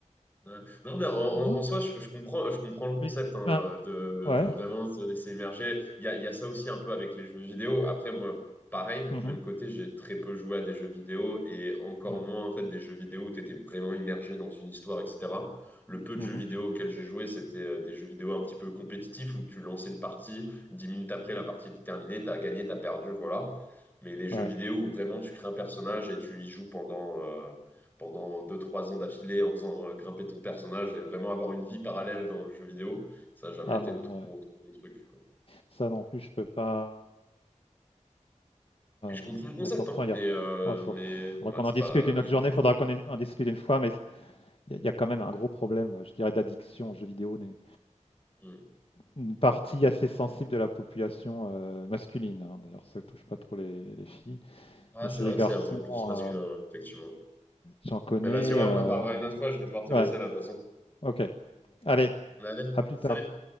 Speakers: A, on the left (about 15°); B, on the left (about 50°).
A: Ouais. Non, mais en, en-
B: Ouais.
A: en soi, je, je comprends, je comprends le concept
B: Mais,
A: hein,
B: ben,
A: de,
B: ouais.
A: de vraiment se laisser émerger. Il y a, il y a ça aussi un peu avec les jeux vidéo. Après, moi, pareil, du
B: Mhm,
A: même côté, j'ai très peu joué à des jeux vidéo et encore
B: ouais.
A: moins en fait des jeux vidéo où tu étais vraiment immergé dans une histoire, etc. Le peu de
B: Mhm,
A: jeux vidéo auxquels j'ai joué, c'était euh, des jeux vidéo un petit peu compétitifs où tu lançais une partie, 10 minutes après, la partie était terminée, t'as gagné, t'as perdu, voilà. Mais les jeux
B: ouais.
A: vidéo où vraiment tu crées un personnage et tu y joues pendant euh, pendant deux trois ans d'affilée en faisant euh, grimper ton personnage et vraiment avoir une vie parallèle dans le jeu vidéo, ça n'a jamais
B: Ah
A: été
B: non,
A: trop,
B: ouais.
A: trop mon truc, quoi.
B: Ça non plus, je peux pas. euh,
A: Mais je comprends le concept,
B: Et pourtant,
A: hein,
B: il
A: mais,
B: y a.
A: euh,
B: ouais, faut-
A: mais
B: faudra
A: bah,
B: qu'on
A: c'est
B: en discute
A: pas...
B: une autre
A: <laughs>
B: journée, faudra qu'on en discute une fois, mais il y, a il y a quand même un gros problème, euh, je dirais, d'addiction aux jeux vidéo d'une
A: Hmm.
B: une partie assez sensible de la population euh, masculine. hein. D'ailleurs, ça touche pas trop les, les filles.
A: Ah,
B: Mais
A: c'est
B: chez
A: vrai
B: les
A: que
B: garçons,
A: c'est un truc plus masculin,
B: euh,
A: effectivement.
B: j'en connais.
A: Mais vas-y, ouais,
B: euh,
A: on en parlera une autre fois, je vais devoir te
B: Ouais,
A: laisser là, de toute façon.
B: ok. Allez,
A: Allez,
B: à plus
A: salut!
B: tard.